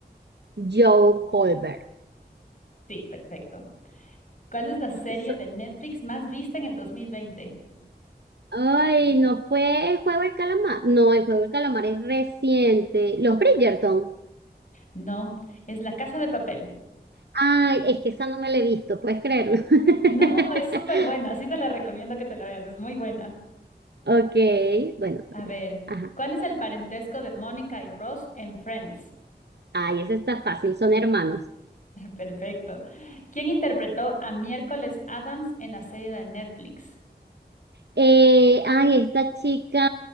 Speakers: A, on the right; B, on the left.
A: Joe Goldberg.
B: Sí, perfecto. ¿Cuál es la serie
A: So-
B: de Netflix más vista en el 2020?
A: Ay, no fue el juego del calamar. No, el juego del calamar es reciente. Los Bridgerton.
B: No, es La Casa de Papel.
A: Ay, es que esa no me la he visto, puedes creerlo. <laughs>
B: No, es súper buena, sí te la recomiendo que te la veas, es muy buena.
A: Ok, bueno.
B: A ver,
A: Ajá.
B: ¿cuál es el parentesco de Mónica y Ross en Friends?
A: Ay, esa está fácil, son hermanos.
B: <laughs> Perfecto. ¿Quién interpretó a Miércoles Adams en la serie de Netflix?
A: Eh, ay, esta chica,